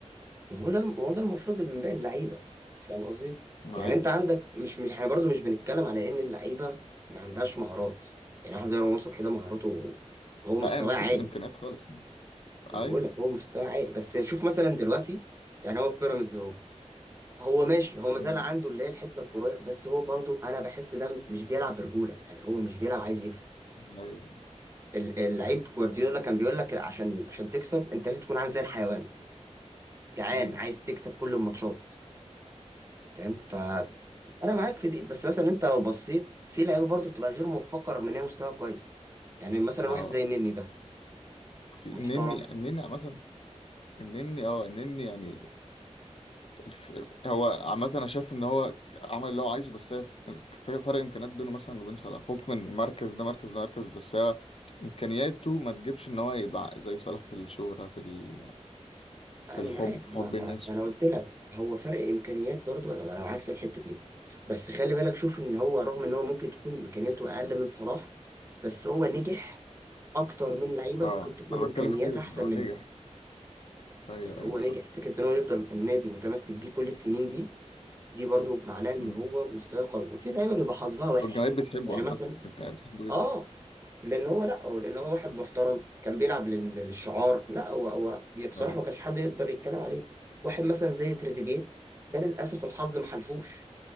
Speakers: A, on the right (about 25°); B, on the left (about 55°).
A: هو ده هو ده المفروض من باقي اللعيبه فاهم قصدي؟
B: ما
A: يعني
B: ايه
A: انت عندك مش مش احنا برضه مش بنتكلم على ان اللعيبه ما عندهاش مهارات يعني واحد زي رمضان صبحي ده مهاراته هو مستواه
B: لا مش
A: عالي
B: فكره امكانيات خالص يعني.
A: انا
B: ايوه
A: بقول لك هو مستواه عالي بس شوف مثلا دلوقتي يعني هو في بيراميدز اهو هو ماشي هو مازال
B: امم
A: عنده اللي هي الحته الكرويه بس هو برضو انا بحس ده مش بيلعب برجوله يعني هو مش بيلعب عايز يكسب
B: ايوه
A: ال- اللعيب جوارديولا كان بيقول لك عشان عشان تكسب انت لازم تكون عامل زي الحيوان جعان
B: امم
A: عايز تكسب كل الماتشات فاهم ف انا معاك في دي بس مثلا انت لو بصيت في لعيبه برضو بتبقى غير موفقه رغم ان هي مستوى كويس يعني مثلا
B: اه
A: واحد زي النني ده
B: في النني
A: محترم
B: النني عامة النني اه النني يعني الف... هو عامة انا شايف ان هو عمل اللي هو عايزه بس هي ف- في فرق امكانيات بينه مثلا وبين صلاح فوق من مركز ده مركز ده مركز بس هو امكانياته ما تجيبش ان هو يبقى زي صلاح في الشهرة في ال... في
A: انا
B: الحب
A: معاك
B: في
A: ما,
B: حب
A: ما,
B: الناس
A: ما انا قلت لك هو فرق امكانيات برضو انا انا معاك في الحته دي بس خلي بالك شوف ان هو رغم ان هو ممكن تكون امكانياته اقل من صلاح بس هو نجح اكتر من لعيبه
B: اه
A: ممكن تكون
B: انا
A: امكانيات
B: بتكلم في كده
A: احسن
B: هو
A: منه
B: نجح ايوه
A: يعني هو
B: ايوه بالظبط
A: نجح فكره ان هو يفضل النادي متمسك بيه كل السنين دي دي برضو معناه ان
B: مم.
A: هو مستواه قوي وفي لعيبه بيبقى حظها وحش
B: والجماهير بتحبه
A: يعني
B: عامة
A: مثلا
B: الجماهير بتحبه
A: اه
B: جدا
A: لان هو لا هو لان هو واحد محترم كان بيلعب لل- للشعار لا هو هو بي- بصراحه
B: ايوه
A: ما كانش حد يقدر يتكلم عليه واحد مثلا زي تريزيجيه ده للاسف الحظ ما حلفوش